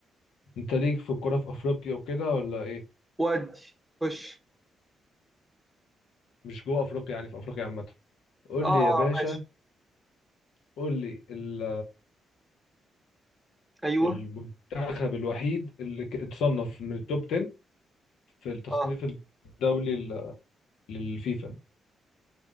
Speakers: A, on the left; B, in the centre.
A: انت ليك في الكوره في افريقيا وكده ولا ايه
B: ودي خش
A: مش جوه افريقيا يعني في افريقيا عامه قول
B: اه آه،
A: لي يا باشا
B: ماشي
A: قول لي ال-
B: ايوه
A: المنتخب الوحيد اللي ك- اتصنف من التوب 10 في التصنيف
B: اه
A: الدولي ال- للفيفا